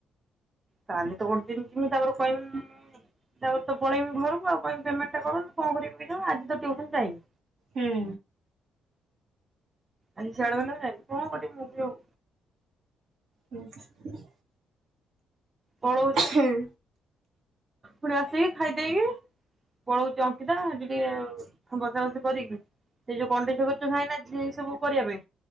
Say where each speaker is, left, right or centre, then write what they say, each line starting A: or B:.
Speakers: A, on the right (about 25°); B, on the right (about 75°).
A: କାଲି ତ ଗୋଟେ ଦିନ ଯମି ତାପରେ କହି ତାପରେ ତ ପଳେଇମି ଘରକୁ ଆଉ କି ପେମେଣ୍ଟ ଟା କରନ୍ତୁ କଣ କରିବି ଆଜି ତ ଟଟିଉସନ ଯାଇନି।
B: ହୁଁ
A: ଆଜି ସିଆଡେ ଗଲୁନା ନାହିଁ କଣ କରିବି ମୁଁ ବି ଆଉ
B: ହୁଁ,
A: ପଳଉଛି
B: ହୁଁ,
A: ପୁଣି ଆସିକି ଖାଇଦେଇକି ପଳଉଛି ଅଙ୍କିତା ଟିକିଏ ବସା ବସି କରିକି ସେଇ ଯଉ କଣ୍ଢେଇ <unintelligible> ସବୁ କରିବା ପାଇଁ।